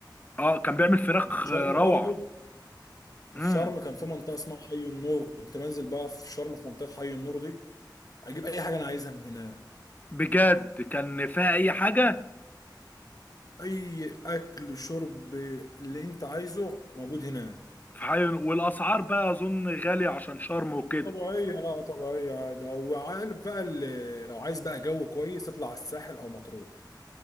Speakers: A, on the left; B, on the left.
A: اه كان بيعمل فراخ
B: وفي شرم
A: روعة
B: برضو
A: امم
B: وفي شرم كان في منطقه اسمها حي النور كنت بنزل بقى في شرم في منطقه حي النور دي اجيب اي حاجه انا عايزها من هناك
A: بجد كان فيها اي حاجة
B: اي اكل شرب اللي انت عايزه موجود هناك
A: في حي... والاسعار بقى اظن غالية عشان شرم وكده
B: طبيعيه لا طبيعيه عادي او عارف بقى اللي لو عايز بقى جو كويس اطلع على الساحل او مطروح